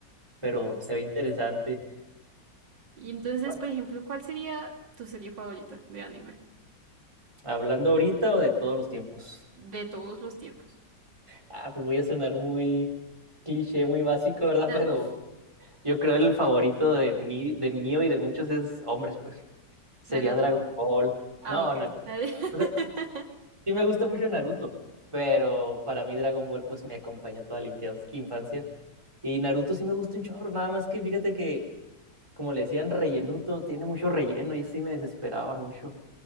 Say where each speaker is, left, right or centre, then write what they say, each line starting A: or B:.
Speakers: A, on the right; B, on the right.
A: Pero
B: Ents-
A: se ve interesante.
B: Y entonces,
A: ¿Cuál?
B: por ejemplo, ¿cuál sería tu serie favorita de anime?
A: ¿Hablando ahorita o de todos los tiempos?
B: De todos los tiempos.
A: Ah, pues voy a sonar muy cliché, muy básico, ¿verdad?
B: Na-
A: Pero yo creo el favorito de mí, del mío y de muchos es hombres, pues. Sería
B: ¿Naruto?
A: Dragon Ball.
B: Ah,
A: No,
B: ok.
A: Naruto.
B: <laughs>
A: O sea, sí me gusta mucho Naruto, pero para mí Dragon Ball pues me acompañó toda la infian- infancia. Y Naruto sí me gusta un chorro, nada más que fíjate que como le decían, rellenuto, tiene mucho relleno y sí me desesperaba mucho.